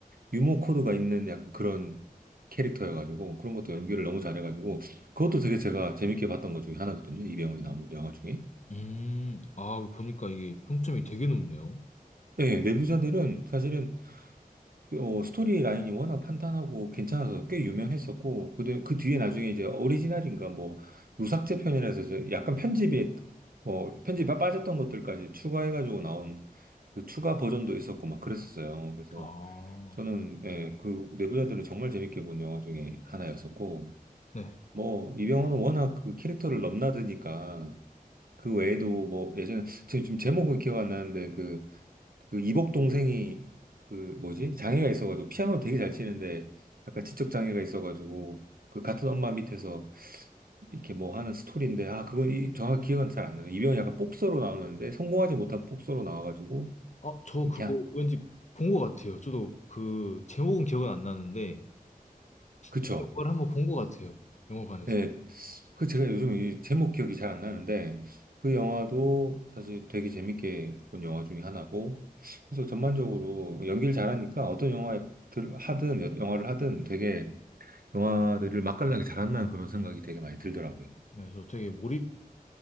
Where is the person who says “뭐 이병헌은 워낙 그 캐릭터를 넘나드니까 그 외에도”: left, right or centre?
Right